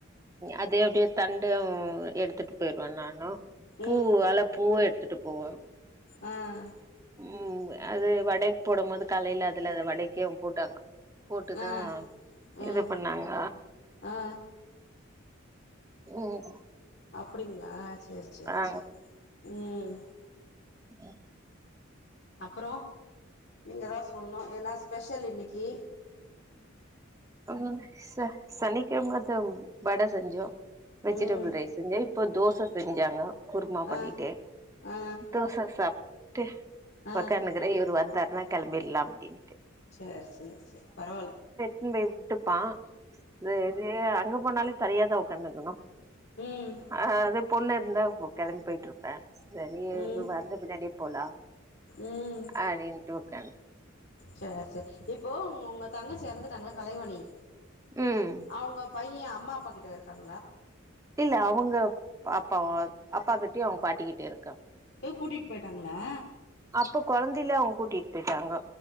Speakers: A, on the right; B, on the left.
A: அதே அப்படியே தண்டு எடுத்துட்டு போயிருவேன் நானு பூ
B: ம்
A: வாழ பூவும் எடுத்துட்டு போவேன்
B: ஆஹ்
A: ம் அது வடக்கு போடும்பது காலையில அதுல அத வடைக்கு போட்டாங்க போட்டுதான்
B: ஆ ம்
A: இது பண்ணாங்க
B: ஆ
A: உம்
B: அப்படிங்களா செரி செரி
A: ஆ
B: செரி உம்
A: உம்
B: அப்புறம் நீங்கள் தான் சொல்ணும் என்னா ஸ்பெஷல் இன்னைக்கு
A: உஹம் ச சனிக்கிழமை தா வட செஞ்சோம் வெஜிடேபல்
B: ம்
A: ரைஸ் வந்து இப்ப தோசை செஞ்சாங்க குருமா பண்ணிட்டு
B: ஆ ஆ
A: தோசை சாப்பிட்டு
B: ஆ
A: உக்காந்துனுயிருக்குறே இவரு வந்துட்டு ஆனா கிளம்பிடலாம் அப்டின்னு
B: சரி சரி சரி பரவால
A: முன்பே <unintelligible> ப்பா வேற <unintelligible> போனாலே தனியா தான் உக்காந்துயிருக்கனும்
B: ம்
A: அ அது பொண்ணு இருந்தா கிளம்பி போயிட்டு இருப்பேன் சரி
B: ம்
A: வந்து பின்னாடி போலாம்
B: ம்
A: அப்டின்ட்டு உக்காந்துருக்கே
B: சேரி சேரி இப்போ உங்க தங்கச்சி இறந்துட்டாங்கள கலைவணி
A: ம்
B: அவுங்க பையன் அம்மா அப்பா கிட்ட இருக்காங்க
A: இல்ல அவுங்க பாப்பாவும் அப்பாகிட்ட அவுங்க பாட்டிக்கிட்டஇருக்காங்க
B: கூட்டிட் பொயிட்டாங்ளா?
A: ப கொழந்தைலொ கூட்டிட் போயிட்டாங்க